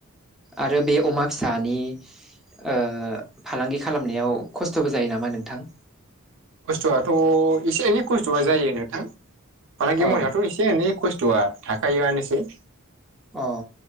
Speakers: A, in the centre; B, on the right (about 60°).
A: आरो बे अमा फिसानि ओ फालांगि खालामनायाव खस्थ'बो जायो नामा नोंथां?
B: खस्थ'आथ' एसे एनै खस्थ'आ जायो नोंथां मालांगे
A: अ
B: मावनायाथ' एसे एनै खस्थ'आ थाखायोआनोसै
A: अ